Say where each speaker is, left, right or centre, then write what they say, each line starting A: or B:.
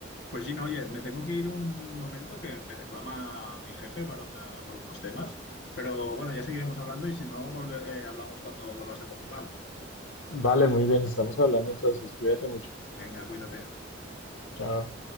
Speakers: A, on the left; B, on the left.
A: Pues Gino, oye, me tengo que ir un momento que me reclama mi jefe para una- por unos temas. Pero bueno, ya seguiremos hablando y si no, volve- eh, hablamos cuando vuelvas de Portugal.
B: Vale, muy bien, estamos hablando entonces, cuídate mucho.
A: Venga, cuídate.
B: Chao.